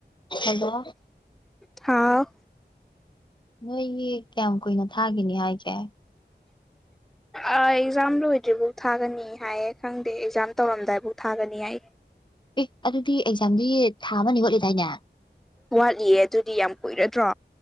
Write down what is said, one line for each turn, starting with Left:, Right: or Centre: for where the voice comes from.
Left: ꯍꯜꯂꯣ
Centre: ꯍꯥꯥꯎ
Left: ꯅꯣꯏꯒꯤ ꯀꯌꯥꯝ ꯀꯨꯏꯅ ꯊꯥꯈꯤꯅꯤ ꯍꯥꯏꯁꯦ
Centre: ꯑꯦꯛꯖꯥꯝ ꯂꯣꯏꯗ꯭ꯔꯤꯐꯥꯎ ꯊꯥꯒꯅꯤ ꯍꯥꯏꯌꯦ ꯈꯪꯗꯦ ꯑꯦꯛꯖꯥꯝ ꯇꯧꯔꯝꯗꯥꯏꯐꯥꯎ ꯊꯥꯒꯅꯤ ꯑꯩ
Left: ꯑꯦ ꯑꯗꯨꯗꯤ ꯑꯦꯛꯖꯥꯝꯗꯤ ꯊꯥ ꯑꯃꯅꯤ ꯈꯣꯠꯂꯤꯗꯥꯏꯅꯦ
Centre: ꯋꯥꯠꯂꯤꯌꯦ ꯑꯗꯨꯗꯤ ꯌꯥꯝ ꯀꯨꯏꯔꯗ꯭ꯔꯣ